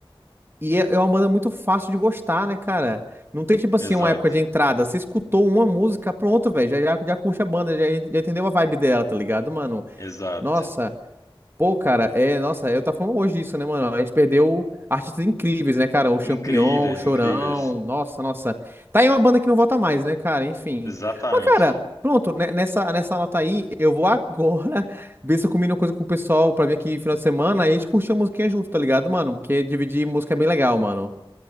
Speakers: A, on the right; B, on the left.
A: E é é uma banda muito fácil de gostar, né, cara? Não tem, tipo assim,
B: Exato,
A: uma época de entrada. Você escutou uma música, pronto, velho. Já, já, já curte a banda, já, já entendeu a vibe dela, tá ligado, mano?
B: exato.
A: Nossa, pô, cara, é. Nossa, eu tava falando hoje isso, né, mano? A gente perdeu artistas incríveis, né, cara? O Champignon,
B: Incríveis,
A: o Chorão.
B: incríveis.
A: Nossa, nossa. Tá aí uma banda que não volta mais, né, cara? Enfim.
B: Exatamente.
A: Mas, cara. Pronto, né, nessa, nessa nota aí, eu vou agora <laughs> ver se eu combino uma coisa com o pessoal pra vir aqui final de semana e a gente curtir a musiquinha junto, tá ligado, mano? Porque dividir música é bem legal, mano.